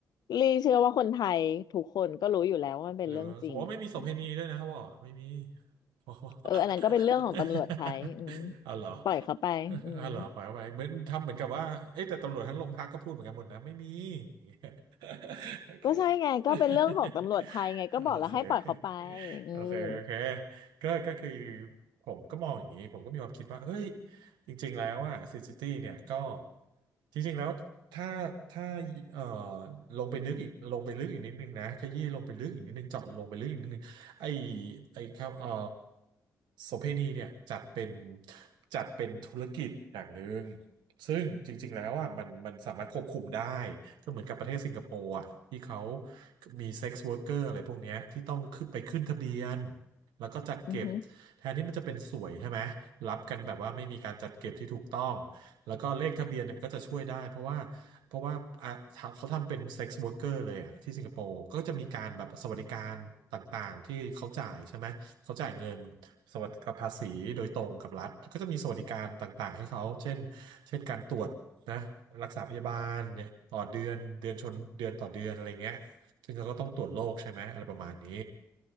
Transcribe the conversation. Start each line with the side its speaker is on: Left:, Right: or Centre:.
Left: ลี่เชื่อว่าคนไทยทุกคนก็รู้อยู่แล้วว่ามันเป็นเรื่องจริงอ่ะอืม
Right: หรือเขาบอกว่าไม่มีโสเภณีด้วยนะครับบอกไม่มี <laughs> อ๋อ <laughs>
Left: เอออันนั้นก็เป็นเรื่องของตำรวจไทยอืม
Right: อ๋อเหรอ
Left: ปล่อยเขาไปอืม
Right: <laughs> อ๋อเหรอไปไปเหมือนทำเหมือนกับว่าเอ้ยแต่ตำรวจทั้งโรงพักก็พูดเหมือนกันหมดนะไม่มี <laughs> โอเค
Left: ก็ใช่ไงก็เป็นเรื่องของตำรวจไทยไงก็บอกแล้วให้ปล่อยเขาไป
Right: <laughs> โอเค
Left: อืม
Right: โอเคโอเคก็ก็คือผมก็มองอย่างนี้ผมก็มีความคิดว่าเฮ้ย จริงๆแล้วอ่ะซิซิตี้เนี่ยก็จริงๆแล้วถ้าถ้าเอ่อลงไปนึกอีกลงไปลึกอีกนิดนึงนะขยี้ลงไปลึกอีกนิดนึงเจาะลงไปลึกอีกนิดนึงไอ้ไอ้ครับเอ่อโสเภณีเนี่ยจัดเป็นจัดเป็นธุรกิจอย่างหนึ่งซึ่งจริงๆแล้วอ่ะมันมันสามารถควบคุมได้ก็เหมือนกับประเทศสิงคโปร์อ่ะที่เขามีเซ็กซ์ r ว k e r เกอร์อะไรพวกเนี้ยที่ต้องขึ้นไปขึ้นทะเบียน แล้วก็จัดเก็บ
Left: อือหือ
Right: แทนที่มันจะเป็นสวยใช่ไหมรับกันแบบว่าไม่มีการจัดเก็บที่ถูกต้องแล้วก็เลขทะเบียนเนี่ยมันก็จะช่วยได้เพราะว่าเพราะว่าอ่ะเขาทำเป็นเซ็กซ์ o r k e เกอร์เลยอ่ะที่สิงคโปร์ก็จะมีการแบบสวัสดิการต่างๆที่เขาจ่ายใช่ไหมเขาจ่ายเงินสวัสดิกับภาษีโดยตรงกับรัฐก็จะมีสวัสดิการต่างๆให้เขาเช่นเช่นการตรวจนะรักษาพยาบาลเนี่ยต่อเดือนเดือนชนเดือนต่อเดือนอะไรเงี้ย ซึ่งเขาก็ต้องตรวจโรคใช่ไหมอะไรประมาณนี้